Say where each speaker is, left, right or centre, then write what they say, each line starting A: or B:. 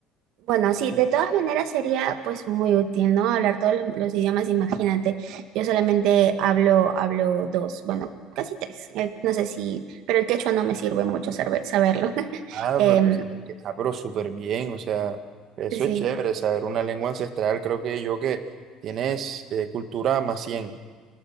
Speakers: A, on the right; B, on the right.
A: Bueno, sí, de todas maneras sería pues muy útil, ¿no? Hablar todos lo- los idiomas, imagínate. Yo solamente hablo, hablo dos, bueno, casi tres. El- no sé si, pero el quechua no me sirve mucho saber- saberlo. <laughs>
B: Ah,
A: Em,
B: pero, ¿sabes qué? Ah, pero súper bien, o sea, eso
A: sí.
B: es chévere, saber una lengua ancestral, creo que yo que tienes eh, cultura más 100,